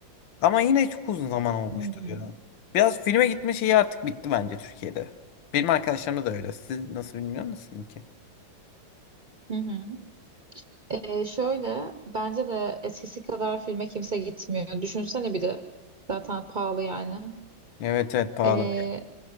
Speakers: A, on the left (about 70°); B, on the right (about 60°).
A: Ama yine çok uzun zaman olmuştur
B: Hmm.
A: ya. Biraz filme gitme şeyi artık bitti bence Türkiye'de. Benim arkadaşlarımda da öyle. Siz nasıl bilmiyor musunuz ki?
B: Hı hı. Ee, şöyle bence de eskisi kadar filme kimse gitmiyor. Düşünsene bir de zaten pahalı yani.
A: Evet evet pahalı.
B: Ee,